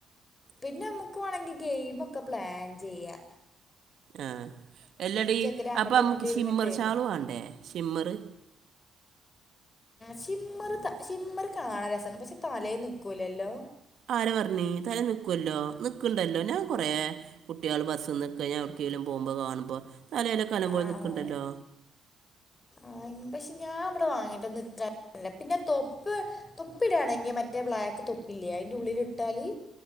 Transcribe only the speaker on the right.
ആഹ് എല്ലടി
അപ്പം നമ്മുക്ക്
ഷിമ്മർ
ഷാള് വേണ്ടേ സിമ്മറ്
ആര പറഞ്ഞി തല നിക്കുവല്ലോ നിക്കണ്ടല്ലോ ഞാൻ കൊറേ കുട്ടികൾ ബസ്സിന് ഇപ്പോ ഞാൻ എവിട്കേലും പോകുമ്പോ കാണുമ്പോ തലേയിലൊ നല്ലപോലെ
നിക്കണ്ടല്ലോ